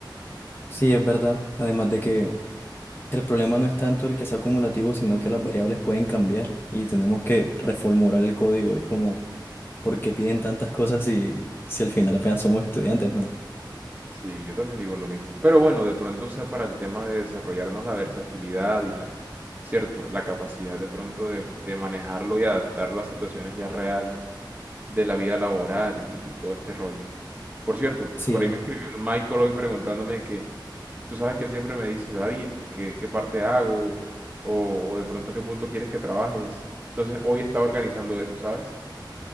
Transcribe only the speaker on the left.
Sí, es verdad. Además de que el problema no es tanto el que sea acumulativo, sino que las variables pueden cambiar y tenemos que reformular el código. Es como, ¿por qué piden tantas cosas si, si al final apenas somos estudiantes, ¿no?
Sí.